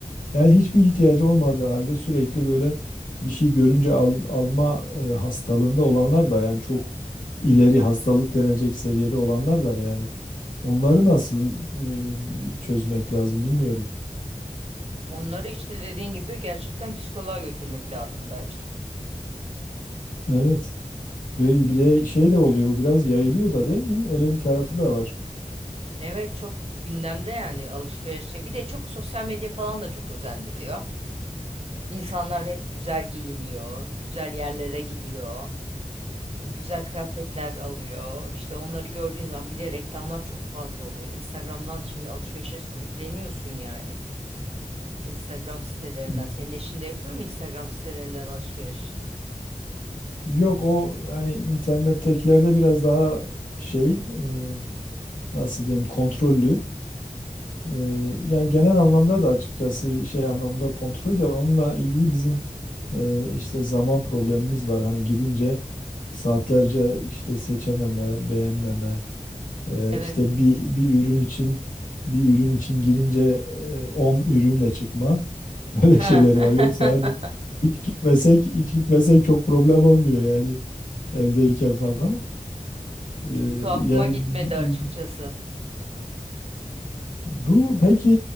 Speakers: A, on the left; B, on the right.
A: Yani hiçbir ihtiyacı olmadığı halde sürekli böyle bir şey görünce al- alma e, hastalığında olanlar var. Yani çok ileri hastalık denecek seviyede olanlar var yani. Onları nasıl e, çözmek lazım bilmiyorum.
B: Onları işte dediğin gibi gerçekten psikoloğa götürmek lazım bence.
A: Evet. Ve bir de şey de oluyor biraz yayılıyor da değil mi? Öyle bir tarafı da var.
B: Evet çok gündemde yani alışverişe. Bir de çok sosyal medya falan da çok özendiriyor. İnsanlar hep güzel giyiniyor, güzel yerlere gidiyor. güzel kıyafetler alıyor. İşte onları gördüğün zaman bir de reklamlar çok fazla oluyor. Instagram'dan şimdi alışverişe sürükleniyorsun yani. Instagram sitelerinden.
A: Hmm.
B: Senin eşin de yapıyor mu Instagram sitelerinden alışveriş?
A: Yok o hani internettekilerde biraz daha şey e, nasıl diyeyim kontrollü. E, yani genel anlamda da açıkçası şey anlamda kontrol de onunla ilgili bizim e, işte zaman problemimiz var. Hani gidince saatlerce işte seçememe, beğenmeme Ee,
B: Evet.
A: işte bir bir ürün için bir ürün için girince e, 10 ürünle çıkma. <laughs> Öyle
B: Ha.
A: şeyleri var. Yoksa hani
B: <laughs>
A: hiç gitmesek hiç gitmesek çok problem olmuyor yani evdeyken falan. Ee,
B: Çok tuhafıma
A: yani
B: gitmedi açıkçası.
A: bu- Bu peki